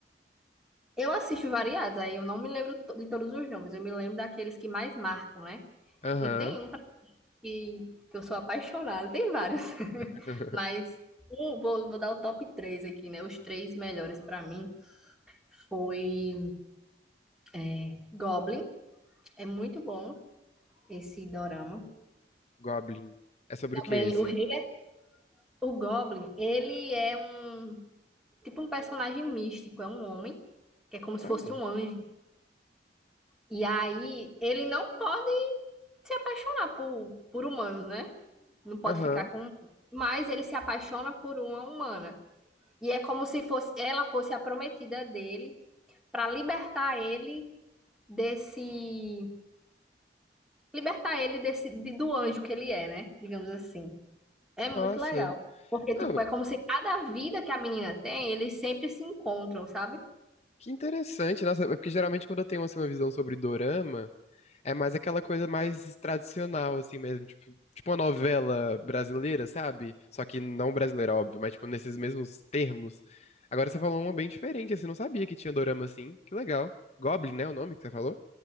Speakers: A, in the centre; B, on the left (about 40°).
A: Eu assisto variados, aí eu não me lembro to- de todos os nomes, eu me lembro daqueles que mais marcam, né?
B: Aham.
A: E tem um pra- que, que eu sou apaixonada, tem vários. <laughs>
B: <laughs>
A: Mas um, vou, vou dar o top 3 aqui, né? Os três melhores pra mim foi é, Goblin, é muito bom esse Dorama.
B: Goblin. É sobre
A: Também
B: o que esse?
A: o Rei é, o Goblin, ele é um tipo um personagem místico, é um homem, que é como
B: Olha.
A: se fosse um anjo. E aí ele não pode se apaixonar por, por humanos, né? Não pode
B: Aham.
A: ficar com. Mas ele se apaixona por uma humana. E é como se fosse ela fosse a prometida dele para libertar ele desse. Libertar ele desse de- do anjo que ele é, né? Digamos assim. É
B: Nossa.
A: muito legal. Porque,
B: Não,
A: tipo, é como se cada vida que a menina tem, eles sempre se encontram, sabe?
B: que interessante. Nossa, é porque geralmente quando eu tenho assim, uma visão sobre dorama, é mais aquela coisa mais tradicional, assim mesmo. Tipo, tipo uma novela brasileira, sabe? Só que não brasileira, óbvio, mas tipo nesses mesmos termos. Agora você falou uma bem diferente, assim. Não sabia que tinha dorama assim. Que legal. Goblin, né? O nome que você falou?